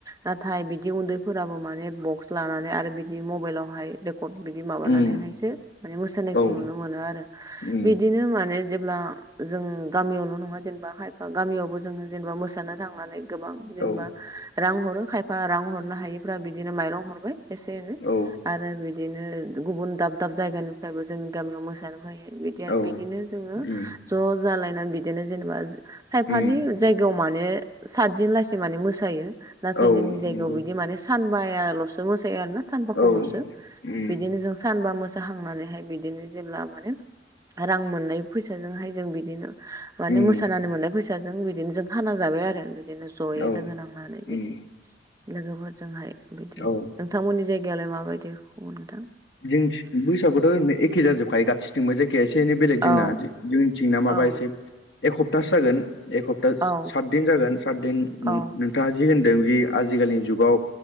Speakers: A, on the right (about 20°); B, on the left (about 70°).
A: नाथाय बिदि उन्दैफोराबो माने बक्स लानानै आरो बिदि मबाइलावहाय कट बिदि
B: उम
A: माबानानैहायसो माने मोसानायखौ
B: औ
A: नुनो मोनो आरो।
B: उम
A: बिदिनो माने जेब्ला जों गामियावल' नङा जेनेबा खायफा गामियावबो जोङो जेनेबा मोसानो थांनानै गोबां जेनेबा
B: औ
A: रां हरो खायफा रां हरनो हायो फ्रा बिदिनो माइरं हरबाय एसे एनै
B: औ
A: आरो बि दिनो गुबुन दाब दाब जायगानिफ्रायबो जोंनि गामियाव मोसानो फैयो दि आरो
B: औ
A: बिदिनो जोङो
B: उम
A: ज' जालायनानै बिदिनो जेनेबा खायफानि
B: उम
A: जायगायाव माने सात दिन लासेै माने मोसायो नाथाय
B: औ
A: जोंनि जायगायाव
B: नंगौ
A: बिदि माने सानबायाल'सो मोसायो आरोना सानबाखौल'सो
B: औ उम
A: बिदिनो जों सानबा मोसाखांनानैहाय बिदिनो जेब्ला माने रां मोननाय फैसाजोंहाय जों बिदिनो माने
B: उम
A: मोसानानै मोननाय फैसाजों बिदिनो जों खाना जाबाय आरो बिदिनो ज'यै
B: औ
A: लोगो नांनानै।
B: उम
A: बिदि लोगोफोरजोंहाय बिदि नोंथांमोननि
B: औ
A: जायगायावलाय माबायदि खामो नोंथां?
B: जों बैसागुआथ' एखे जाजोबखायो गाससिथिंबो जाय गाया एसे एनै बेलेग
A: औ
B: जोंना जोंनिथिंना माबा
A: औ
B: एसे एक हप्तासो जागोन एक हप
A: औ
B: सातदिन जागोन सातदिन नों-नोंथाङा
A: औ
B: जि होनदों जि आजिखालिनि जुगाव